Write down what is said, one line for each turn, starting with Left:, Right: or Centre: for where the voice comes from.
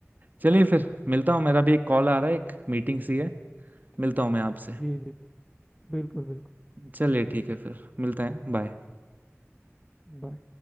Right: चलिए फिर मिलता हूँ मेरा भी एक कॉल आ रहा है एक मीटिंग सी है मिलता हूँ मैं आपसे
Centre: जी जी बिल्कुल बिल्कुल
Right: चलिए ठीक है फिर मिलते हैं बाय
Centre: बाय